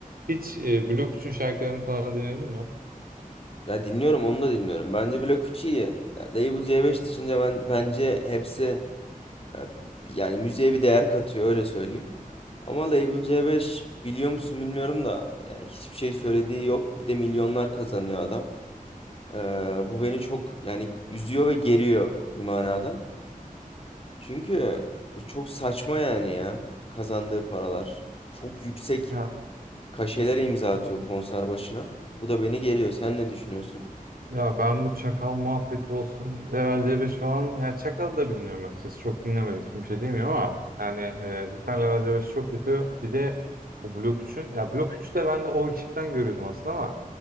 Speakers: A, on the right (about 85°); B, on the left (about 40°).
A: hiç e, Blok 3'ün şarkılarını falan dinledin mi?
B: Ya dinliyorum onu da dinliyorum. Bence Blok 3 iyi. Ya Label C5 dışında ben bence hepsi e, yani müziğe bir değer katıyor öyle söyleyeyim. Ama Label C5 biliyor musun bilmiyorum da yani hiçbir şey söylediği yok. Bir de milyonlar kazanıyor adam. Ee, bu beni çok yani üzüyor ve geriyor bir manadan. Çünkü çok saçma yani ya kazandığı paralar. Çok yüksek
A: Ya
B: kaşelere imza atıyor konser başına. Bu da beni geriyor. Sen ne düşünüyorsun?
A: ya ben bu çakal muhabbeti olsun. Level C5 falan. Ya çakal da bilmiyorum açıkçası. Çok dinlemedim. Şimdi bir şey demiyorum ama. Yani e, cidden Level C5 çok kötü. Bir de bu Blok üçün Ya Blok 3'ü de ben de o ekipten görüyordum aslında ama.